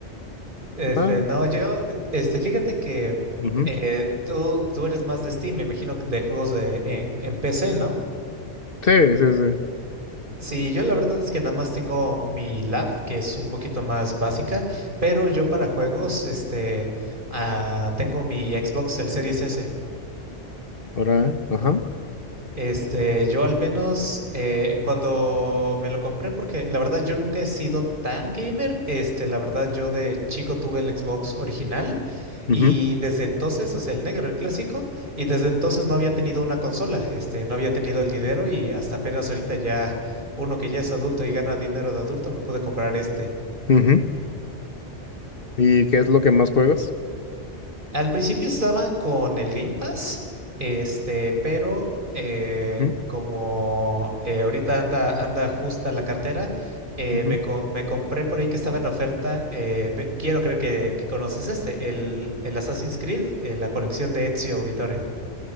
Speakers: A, on the right (about 45°); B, on the left (about 50°).
A: Este,
B: Ah.
A: no, yo, este, fíjate que
B: Ujú.
A: eh, tú, tú eres más de Steam, me imagino que de juegos de, en, en PC, ¿no?
B: Sí, sí, sí.
A: Sí, yo la verdad es que nada más tengo mi lab, que es un poquito más básica, pero yo para juegos, este, ah, tengo mi Xbox, el Series S.
B: Ahora, ajá.
A: Este, yo al menos eh, cuando me lo compré, porque la verdad yo nunca he sido tan gamer, este, la verdad yo de chico tuve el Xbox original
B: Ujú,
A: y desde entonces, o sea, el negro, el clásico, y desde entonces no había tenido una consola, este, no había tenido el dinero y hasta apenas ahorita ya uno que ya es adulto y gana dinero de adulto me pude comprar este.
B: ujú. ¿Y qué es lo que más juegas?
A: Al principio estaba con el Game Pass, este, pero eh,
B: Ujú,
A: como eh, ahorita anda, anda justa la cartera, eh,
B: ujú.
A: me, co- me compré por ahí que estaba en oferta. eh, ve- quiero creer que, que conoces este, el, el Assassin's Creed, eh, la colección de Ezio Auditore.